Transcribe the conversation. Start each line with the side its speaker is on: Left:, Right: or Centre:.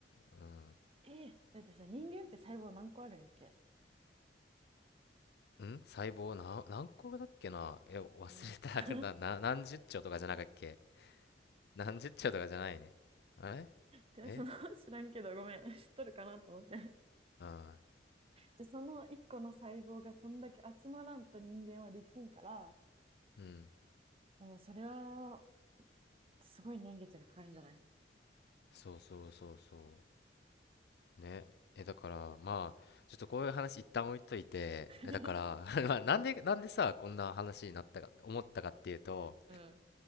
Left: うん、
Right: ええだってさ、人間って細胞何個あるんやっけ
Left: ん細胞な何個だっけなえ忘れた
Right: な。<laughs>
Left: <laughs> な、な何十兆とかじゃなかったっけ何十兆とかじゃないねあれ
Right: じゃあその、
Left: え
Right: <laughs> 知らんけどごめん、知っとるかなと思って。
Left: あ
Right: じゃあその一個の細胞がそんだけ集まらんと人間はできんから、
Left: うん
Right: でもそれは、すごい年月がかかるんじゃない
Left: そうそうそうそうねえだからまあちょっとこういう話一旦置いといてえだから
Right: <laughs>
Left: <laughs> まあなんでなんでさこんな話になったか思ったかっていうと
Right: うん。